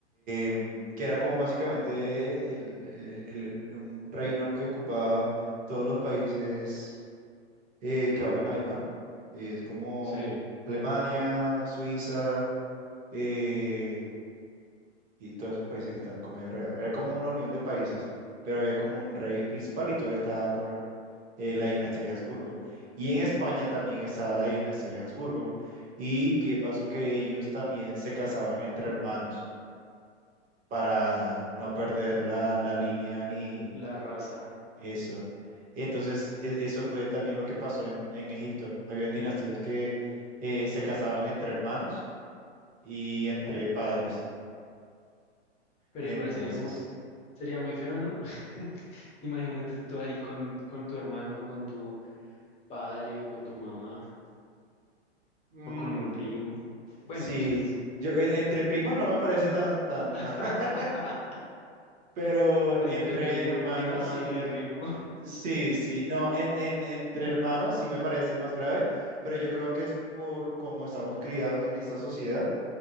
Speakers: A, on the right; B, on the left.
A: em, que era como básicamente el- el- el- el- un reino que ocupaba todos los países eh, que hablan alemán. eh, es como
B: Sí,
A: Alemania, Suiza eh, y todos esos países que están como ahí alrededor. Era como una unión de países, pero había como un rey principal y todo estaba por eh, la dinastía de Habsburgo. Y en España también estaba la dinastía de Habsburgo. ¿Y qué pasó? Que ellos también se casaban entre hermanos para no perder la, la línea ni
B: la raza.
A: Eso. Entonces, e- eso fue también lo que pasó en, en Egipto. Habían dinastías que eh, se casaban entre hermanos y entre padres.
B: Pero
A: Entonces,
B: igual sería muy, sería muy feo, ¿no? <laughs> Imagínate tú ahí con, con tu hermano, con tu padre o con tu mamá
A: mm,
B: o con un primo. Bueno,
A: sí,
B: pues.
A: yo en- entre primos no me parece tan, tan,
B: <laughs>
A: tan, <laughs> pero
B: Entre
A: entre
B: primo
A: hermanos
B: y primo
A: sí,
B: más me arrimo.
A: sí, sí, no, en, en, entre hermanos sí me parece más grave, pero yo creo que es por cómo estamos criados en esta sociedad.